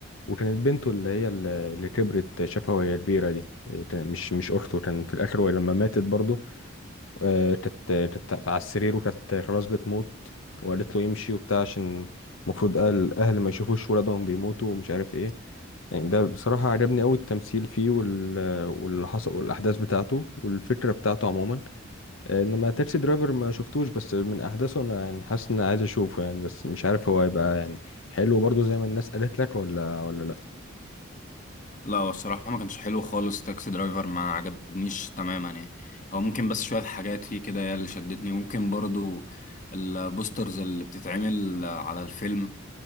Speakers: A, on the left (about 80°); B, on the left (about 40°).
A: وكانت بنته اللي هي ال- اللي كبرت شافها وهي كبيرة دي آه، كان- مش مش أخته كان في الآخر وهي لما ماتت برضو آه، كانت كانت على السرير وكانت خلاص بتموت وقالت له يمشي وبتاع عشان المفروض الاهل ما يشوفوش ولادهم بيموتوا ومش عارف ايه يعني ده بصراحة عجبني أوي التمثيل فيه وال... واللي حصل والأحداث بتاعته والفكرة بتاعته عموما آه، إنما تاكسي درايفر ما شفتوش بس من أحداثه أنا يعني حاسس إن عايز أشوفه يعني بس مش عارف هو هيبقى يعني حلو برضه زي ما الناس قالت لك ولا ولا لأ
B: لا هو الصراحة ما كانش حلو خالص تاكسي درايفر ما عجبنيش تماما يعني هو ممكن بس شوية حاجات فيه كده هي اللي شدتني ممكن برضو البوسترز اللي بتتعمل على الفيلم